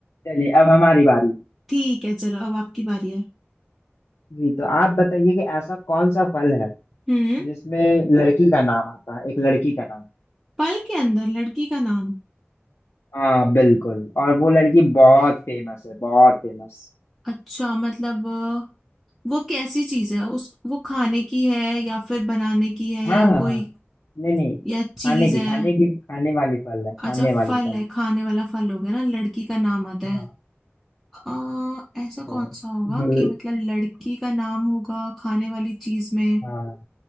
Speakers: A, on the left; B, in the centre.
A: चलिए अब हमारी बारी
B: ठीक है चलो अब आपकी बारी है
A: जी तो आप बताइए कि ऐसा कौन सा फल है
B: हम्म
A: जिसमें लड़की का नाम आता है एक लड़की का नाम
B: पल के अंदर लड़की का नाम
A: हाँ बिल्कुल और वो लड़की बहुत फेमस है बहुत फेमस
B: अच्छा मतलब अ, वो कैसी चीज है उस वो खाने की है या फिर बनाने की है
A: हाँ
B: या
A: हाँ
B: कोई
A: हाँ नहीं नहीं खाने
B: या चीज
A: की
B: है
A: खाने की खाने वाली फल है खाने
B: अच्छा
A: वाली
B: फल
A: फल
B: है खाने वाला फल हो गया ना लड़की का नाम आता है
A: हाँ
B: आ, ऐसा
A: तो
B: कौन सा होगा
A: जो
B: कि मतलब लड़की का नाम होगा खाने वाली चीज में
A: हाँ